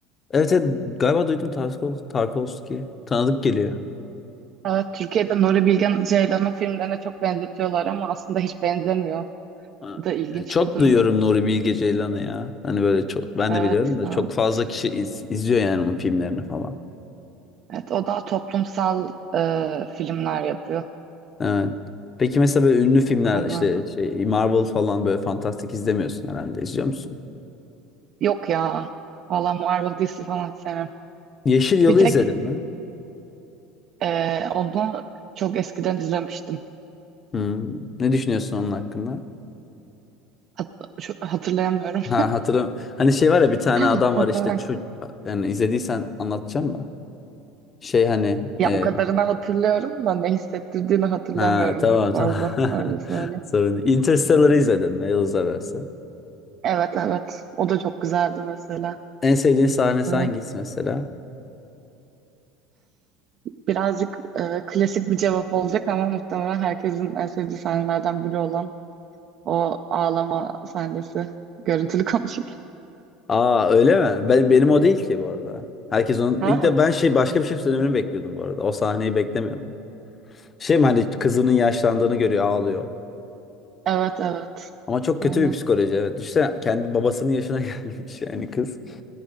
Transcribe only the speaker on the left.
Evet, evet galiba duydum Tarkov, Tarkovski. Tanıdık geliyor.
Ha,
e, Çok
duyuyorum Nuri Bilge Ceylan'ı ya. Hani böyle çok ben
de biliyorum da
çok fazla kişi iz- izliyor yani onun filmlerini falan.
Evet. Peki mesela böyle ünlü filmler
işte şey Marvel falan böyle fantastik izlemiyorsun herhalde. İzliyor musun?
Yeşil Yol'u
izledin mi?
Hmm. Ne düşünüyorsun onun hakkında?
Ha hatırlam. Hani şey var ya bir tane
adam
var işte
şu yani izlediysen anlatacağım da. Şey hani
e,
Ha tamam
tamam. <laughs>
Sorun değil. Interstellar'ı izledim mi Yıldız Arası?
En sevdiğin sahnesi
hangisi mesela?
Aa öyle mi? Ben, benim o değil ki bu arada. Herkes onun...
ilk de ben şey başka bir şey söylemeni bekliyordum bu arada. O sahneyi beklemiyordum. Şey mi hani kızının yaşlandığını görüyor ağlıyor.
Ama çok
kötü bir psikoloji evet. İşte kendi babasının yaşına <laughs> gelmiş yani kız.